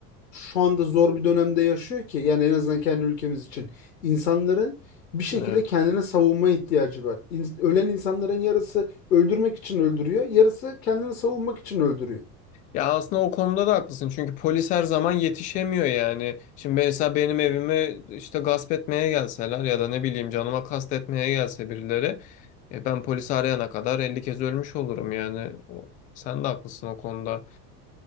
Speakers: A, on the left; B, on the left.
A: şu anda zor bir dönemde yaşıyor ki yani en azından kendi ülkemiz için insanların bir şekilde
B: Evet.
A: kendine savunma ihtiyacı var. İn- ölen insanların yarısı öldürmek için öldürüyor, yarısı kendini savunmak için öldürüyor.
B: Ya aslında o konuda da haklısın çünkü polis her zaman yetişemiyor yani. Şimdi mesela benim evime işte gasp etmeye gelseler ya da ne bileyim canıma kastetmeye gelse birileri e ben polisi arayana kadar 50 kez ölmüş olurum yani. O- Sen de haklısın o konuda.